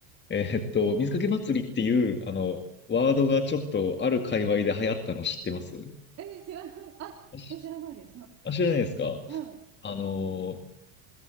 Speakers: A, on the left; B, on the right.
A: えーっと、水かけ祭りっていう、
B: <laughs>
A: あの、ワードがちょっとある界隈で流行ったの知ってます
B: え、知らない。あ、
A: あ、し
B: え、知らないです。な
A: あ知らないですか
B: はい。
A: あの